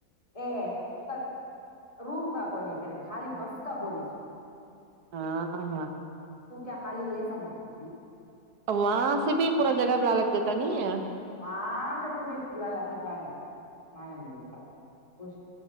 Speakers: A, on the left (about 20°); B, on the right (about 75°).
A: ا س روم کاا کونے کر گ خالی بس کا بولیسو
B: ہاں ہاں
A: تو کیا خالی یہ سمجھ <inaudible>
B: وہاں سے بھی پورا جگہ بھیلا لگ جاتا ن
A: مع سے س بھی ل ہ جان گ مال بتا خوش